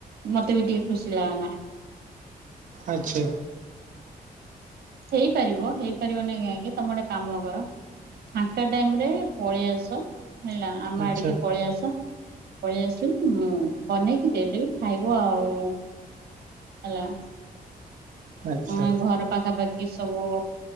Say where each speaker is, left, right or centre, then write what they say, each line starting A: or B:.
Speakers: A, on the right; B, on the right.
A: ମତେ ବି ଟିକେ ଖୁସିଲାଗନ୍ତା।
B: ଆଚ୍ଛା।
A: ହେଇପାରିବ ହେଇପାରିବନାଇଁ କାହିଁକି ତମେ ଗୋଟେ କାମକର ଫାଙ୍କା ଟାଇମରେ ପଳେଆସ ହେଲା ଆମ
B: ଆଚ୍ଛା
A: ଆଡ଼ିକି ପଳିଆସ। ପଳେଇଆସିବେ ମୁଁ ବନେଇକି ଦେଇଦେବି ଖାଇବ ଆଉ ହେଲା।
B: ଆଚ୍ଛା
A: ହଁ ଏ ଘର ପାଖାପାଖି ସବୁ